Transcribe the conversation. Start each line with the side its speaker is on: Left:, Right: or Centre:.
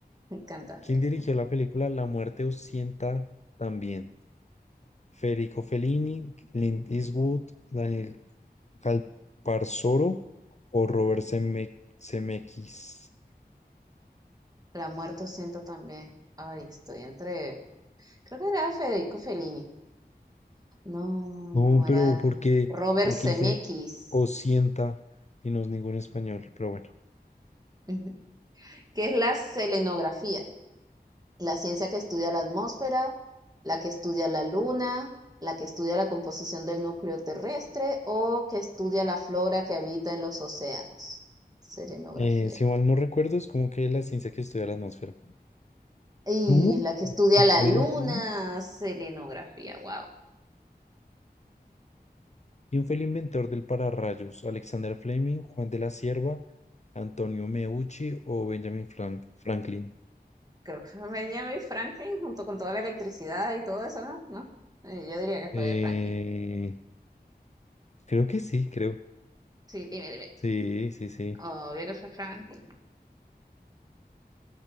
Right: <laughs> cantante.
Left: ¿Quién dirigió la película La muerte Usienta también? Federico Fellini, Clint Eastwood, Daniel Calparsoro o Robert Seme- Zemeckis.
Right: La muerto siento también. Ay, estoy entre... Creo que era Federico Fellini. No,
Left: No, pero
Right: era
Left: ¿por qué?
Right: Robert
Left: Porque
Right: Zemeckis.
Left: dice Osienta y no es ningún español, pero bueno.
Right: <laughs> ¿Qué es la selenografía? La ciencia que estudia la atmósfera, la que estudia la luna, la que estudia la composición del núcleo terrestre o que estudia la flora que habita en los océanos. Selenografía.
Left: Eh, si mal no recuerdo, es como que la ciencia que estudia la atmósfera.
Right: Y
Left: No,
Right: la que estudia
Left: estudia
Right: la luna,
Left: la luna.
Right: selenografía, wow.
Left: ¿Quién fue el inventor del pararrayos? ¿Alexander Fleming, Juan de la Cierva, Antonio Meucci o Benjamin Frank- Franklin?
Right: Creo que <laughs> fue Benjamin Franklin junto con toda la electricidad y todo eso, ¿no? ¿No? Eh, Yo diría que
Left: Eh,
Right: fue Franklin.
Left: creo que sí, creo.
Right: Sí, dime, dime.
Left: Sí, sí, sí.
Right: Obvio que fue Franklin.